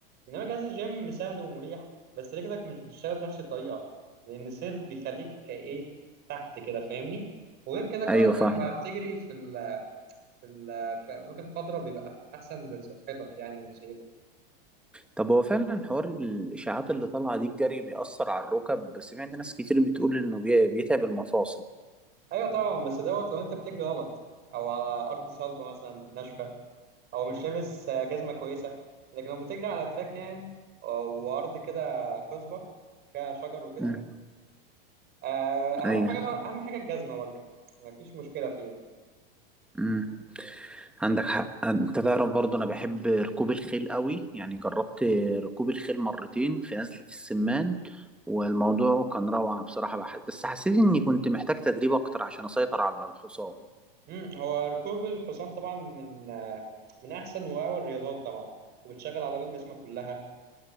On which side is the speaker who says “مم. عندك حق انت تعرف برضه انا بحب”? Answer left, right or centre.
Centre